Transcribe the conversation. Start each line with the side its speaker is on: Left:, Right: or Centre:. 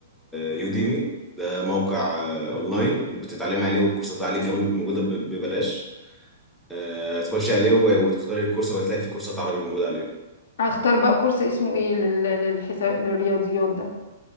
Centre: يوديمي ده موقع آه، اونلاين بتتعلمي عليه والكورسات عليه كمان موجوده ب- ببلاش آه، تخشي عليه و- وتختاري الكورس وهتلاقي في كورسات عربي موجوده عليه
Left: اختار بقى كورس اسمه ايه لل- للحساب للرياضيات ده